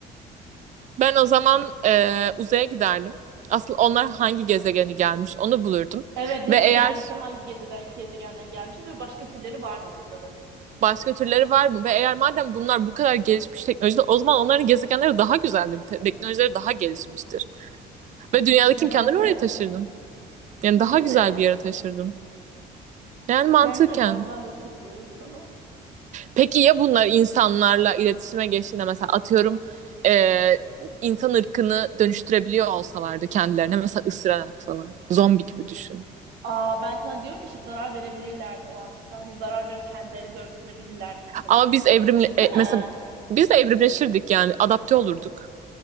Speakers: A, on the right; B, on the right.
A: Ben o zaman eee, uzaya giderdim. Asıl onlar hangi gezegeni gelmiş onu bulurdum.
B: Evet nasıl
A: Ve eğer
B: gelmişse hangi gezeden, gezegenden gelmiş ve başka türleri var mı bunların?
A: başka türleri var mı? Ve eğer madem bunlar bu kadar gelişmiş teknolojide o zaman onların gezegenleri daha güzeldir. te- teknolojileri daha gelişmiştir. Ve dünyadaki
B: Ya
A: imkanları
B: bence de.
A: oraya taşırdım. Yani
B: Bence
A: daha güzel
B: de yani.
A: bir yere taşırdım. Yani mantıken.
B: Bence de. Bu arada ben de katılıyorum sana.
A: Peki ya bunlar insanlarla iletişime geçtiğinde mesela atıyorum eee, insan ırkını dönüştürebiliyor olsalardı kendilerine mesela ısırarak falan. Zombi gibi düşün.
B: Aa, ben sana diyorum işte zarar verebilirlerdi o an. Mesela hani zarar verip kendileri dönüştürebilirlerdi mesela.
A: Ama biz evrimle
B: Düşünsene.
A: e, mesela biz de evrimleşirdik yani adapte olurduk.